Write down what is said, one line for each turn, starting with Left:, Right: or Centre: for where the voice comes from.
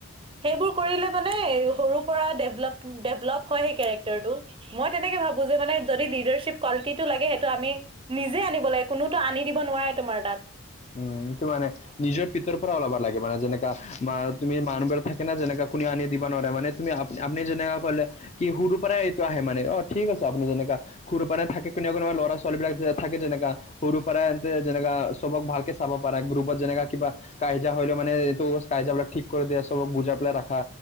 Right: সেইবোৰ কৰিলে মানে সৰুৰ পৰা ডেভলপ-ডেভলপ হয় সেই কেৰেক্টাৰটো। মই তেনেকে ভাবো যে মানে যদি লিডাৰশ্বিপ কোৱালিটিত টো লাগে সেইটো আমি নিজে আনিব লাগে কোনোতো আনি দিব নোৱাৰে তোমাৰ তাত।
Left: উনটো মানে নিজৰ পিতৰ পৰা ওলাবা লাগে মানে যেনেকা মা তুমি মানবৰ থাকে যেনেকা কোনে আনি দিবা নোৱাৰে মানে তুমি আপ আপুনি যেনেকা কলে কি সৰুৰ পৰাই এইটো আহে মানে অ', ঠিক আছে আপুনি যেনেকা সৰু পৰা থাকে কোনেবা-কোনোবা ল'ৰা ছোৱালীবিলাক থাকে যেনেকা সৰুৰ পৰাই এনতে যেনেকা চবক ভালকে চাব পাৰে গ্ৰুপত যেনেকা কিবা কাই-জা হলেও মানে এইটো কাই-জাবিলাক ঠিক কৰি দিয়া চবক বুজাই পেলাই ৰাখা।